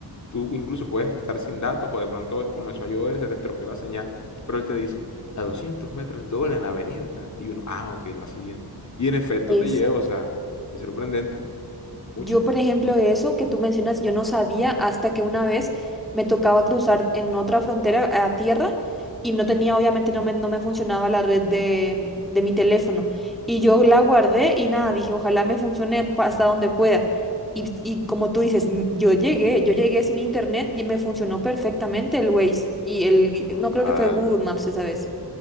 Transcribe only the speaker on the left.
tú incluso puedes estar sin datos o de pronto comenzó a llover, se te estropeó la señal, pero él te dice, a 200 metros dobla en avenida tal. Y uno, ah, ok, va siguiendo. Y en efecto
te lleva, o sea, es sorprendente, mucho.
Total.